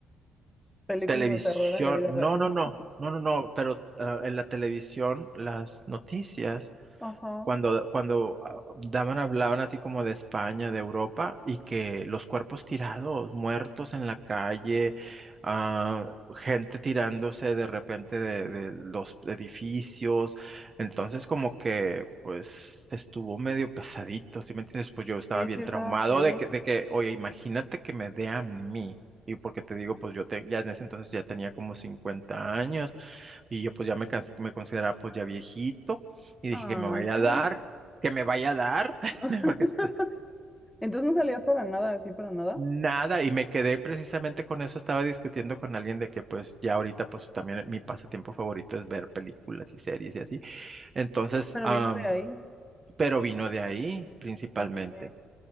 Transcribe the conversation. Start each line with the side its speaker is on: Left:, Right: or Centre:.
Centre: películas
Right: televisión.
Centre: de terror en la vida
Right: No,
Centre: real.
Right: no, no, no, no, no, pero ah, en la televisión las noticias
Centre: Ajá.
Right: cuando, cuando ah, daban, hablaban así como de España, de Europa, y que los cuerpos tirados, muertos en la calle, ah, gente tirándose de repente de, de los edificios, entonces como que pues estuvo medio pesadito, ¿sí me entiendes? Pues yo estaba
Centre: Sí,
Right: bien
Centre: sí, está
Right: traumado
Centre: heavy.
Right: de que, de que, oye, imagínate que me dé a mí. Y porque te digo, pues yo te, ya en ese entonces ya tenía como 50 años. Y yo pues ya me, cons- me consideraba pues ya viejito y dije
Centre: Ay,
Right: que me vaya
Centre: no.
Right: a dar, que me vaya a dar, <laughs>
Centre: <laughs>
Right: porque es-
Centre: Entonces no salías para nada, así para nada,
Right: nada, y me quedé precisamente con eso, estaba discutiendo con alguien de que pues ya ahorita pues también mi pasatiempo favorito es ver películas y series y así. Entonces,
Centre: pero
Right: am,
Centre: vino de ahí.
Right: pero vino de ahí principalmente.
Centre: Ok.